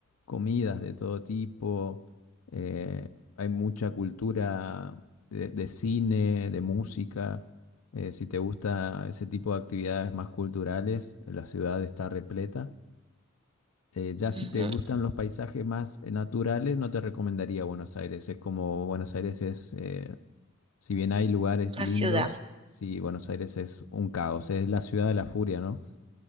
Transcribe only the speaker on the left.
comidas de todo tipo, eh, hay mucha cultura de, de cine, de música. Eh, si te gusta ese tipo de actividades más culturales, eh, la ciudad está repleta. Eh, ya si
te gustan los paisajes más eh, naturales, no te recomendaría Buenos Aires. Es como Buenos Aires es, eh, si bien hay lugares lindos,
sí, Buenos Aires es un caos, es la ciudad de la furia, ¿no?